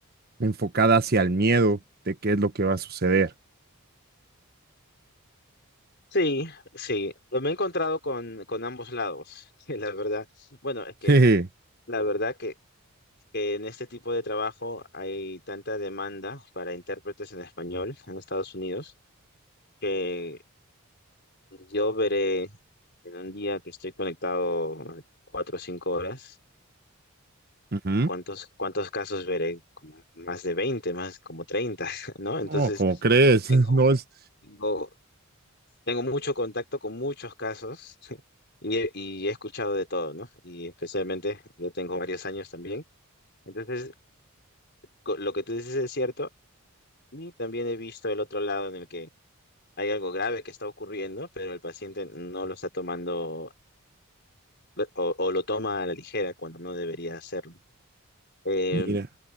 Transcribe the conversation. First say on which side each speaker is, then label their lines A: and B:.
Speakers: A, on the right; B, on the left.
A: enfocada hacia el miedo de qué es lo que va a suceder.
B: Sí, sí, lo me he encontrado con, con ambos lados, <laughs> la verdad. Bueno, es que
A: <laughs> Jeje.
B: la verdad que, que en este tipo de trabajo hay tanta demanda para intérpretes en español en Estados Unidos que yo veré En un día que estoy conectado cuatro o cinco horas,
A: Ujú.
B: ¿cuántos, cuántos casos veré? Como más de veinte más como treinta <laughs> ¿no? Entonces,
A: No, ¿cómo crees?
B: tengo,
A: <laughs> No es,
B: tengo, tengo mucho contacto con muchos casos y he, y he escuchado de todo, ¿no? Y especialmente, yo tengo varios años también. Entonces, co- lo que tú dices es cierto y también he visto el otro lado en el que hay algo grave que está ocurriendo, pero el paciente no lo está tomando o, o lo toma a la ligera cuando no debería hacerlo. Em,
A: mira,